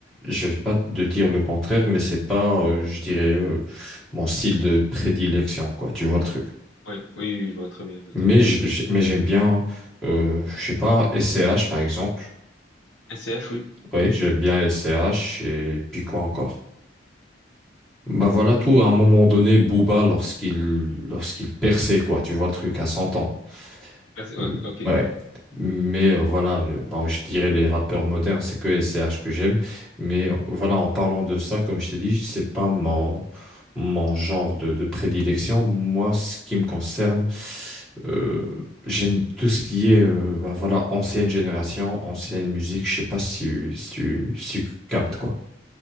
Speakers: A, in the centre; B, on the left.
A: je vais pas te dire le contraire, mais c'est pas, euh, je dirais, euh, mon style de prédilection, quoi. Tu vois le truc.
B: oui, oui, je vois très bien, je vois
A: Mais
B: très bien.
A: j- j- mais j'aime bien, euh, je sais pas, SCH par exemple.
B: SCH, oui.
A: Oui, j'aime
B: Ok.
A: bien SCH et puis quoi encore. Bah voilà tout. À un moment donné, Booba lorsqu'il lorsqu'il perçait, quoi. Tu vois le truc à 100 ans.
B: Ah, c'est-
A: Mm,
B: ouais, ok.
A: Ouais. Mais euh, voilà, le- bon, je dirais les rappeurs modernes, c'est que S C H que j'aime. Mais euh, voilà, en parlant de ça, comme je t'ai dit, c'est pas mon, mon genre de, de prédilection. Moi, ce qui me concerne, euh, j'aime tout ce qui est euh, bah, voilà, ancienne génération, ancienne musique. Je sais pas si, si, si tu captes quoi.